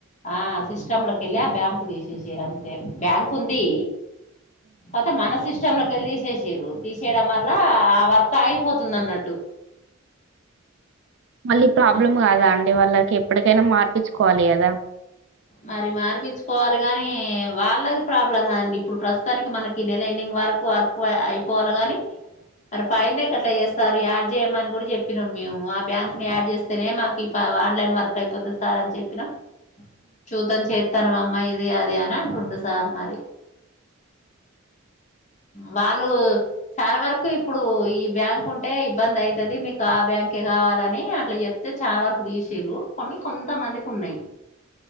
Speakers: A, on the left; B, on the right.
A: ఆ సిస్టమ్ లోకిెళ్ళి ఆ బ్యాంకు తీసేసారు అంతే బ్యాంకు ఉంది అత మనసిృష్ట తీసేసారు తీసేయడం వల్ల ఆ వర్క్ అయిపోతుంది అన్నట్టు
B: మళ్ళీ ప్రాబ్లం
A: అట్లా
B: కాదా అండి వాళ్ళ ఎప్పటికైనా మార్పించుకోవాలి కదా
A: మరి మార్పచ్చుకోవాలి కాని వాళ్ళది ప్రాబ్లం కాదండి ఇప్పుడు ప్రస్తుతానికి మనకి నెల ఎండింగ్ వరకు వర్క్ అయిపోవాలి గాని మరి పైనకట్లా చేస్తారు యాడ్ చేయమని కూడా చెప్పినాం మేము ఆ బ్యాంకు ని యాడ్ చేస్తేనే మాకు ఈ ఆన్లైన్ వర్క్ అయిపోతుంది సార్ అని చెప్పినా చూద్దం చేత్తనమ్మా, ఇది అది అని అంటుండు సార్ మరి. వాళ్లు, చాలా వరకు ఇప్పుడు ఈ బ్యాంక్ ఉంటే ఇబ్బంది అయితది. మీకు ఆ బ్యాంక్ ఇగ కావాలని అట్లా చెప్తే, చాలా వరకు దీసిరు. కొన్ని కొంతమందికి ఉన్నాయి.